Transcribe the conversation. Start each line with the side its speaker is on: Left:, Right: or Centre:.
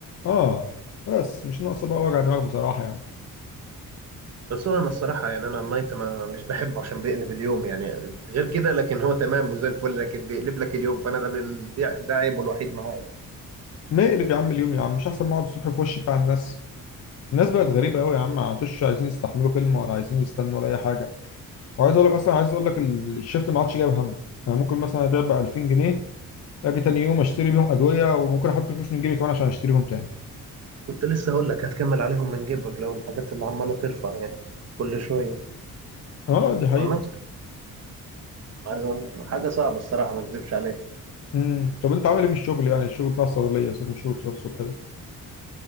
Left: اه بس مش ناقصه بقى وجع دماغ بصراحه يعني
Right: بس هو انا الصراحه يعني انا النايت ما مش بحبه عشان بيقلب اليوم يعني غير كده لكن هو تمام وزي الفل لكن بيقلب لك اليوم فانا ده بال- دي- ده عيبه الوحيد معايا
Left: نقلب يا عم اليوم يا عم مش احسن ما اقعد الصبح في وش بتاع الناس الناس بقت غريبه قوي يا عم ما عادوش عايزين يستحملوا كلمه ولا عايزين يستنوا ولا اي حاجه وعايز اقول لك اصلا عايز اقول لك ال- الشيفت ما عادش جايب همه انا ممكن مثلا ابيع ب 2000 جنيه اجي تاني يوم اشتري بيهم ادويه وممكن احط فلوس من جيبي كمان عشان اشتريهم تاني
Right: كنت لسه اقول لك هتكمل عليهم من جيبك لو الحاجات اللي عماله ترفع يعني كل شويه
Left: اه دي
Right: آه،
Left: حقيقة
Right: نفس عايز أقول- حاجه صعبه الصراحه ما اكذبش عليك
Left: امم طب انت عامل ايه في الشغل يعني الشغل بتاع الصيدليه سيبك من الشغل بتاع الصبح ده